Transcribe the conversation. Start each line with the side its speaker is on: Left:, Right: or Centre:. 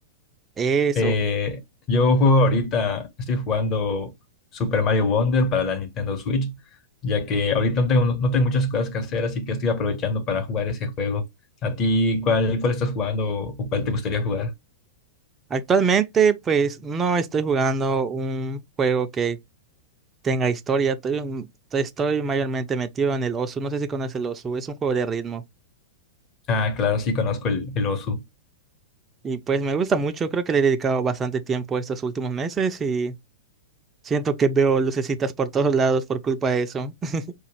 Right: es?
Left: Eh,
Right: O...
Left: yo juego ahorita, estoy jugando Super Mario Wonder para la Nintendo Switch, ya que ahorita no tengo, no tengo muchas cosas que hacer, así que estoy aprovechando para jugar ese juego. ¿A ti cuál, cuál estás jugando o cuál te gustaría jugar?
Right: Actualmente, pues no estoy jugando un juego que tenga historia. Estoy, un- estoy mayormente metido en el Osu. No sé si conoces el Osu, es un juego de ritmo.
Left: Ah, claro, sí conozco el, el Osu.
Right: Y pues me gusta mucho, creo que le he dedicado bastante tiempo estos últimos meses y siento que veo lucecitas por todos lados por culpa de eso. <laughs>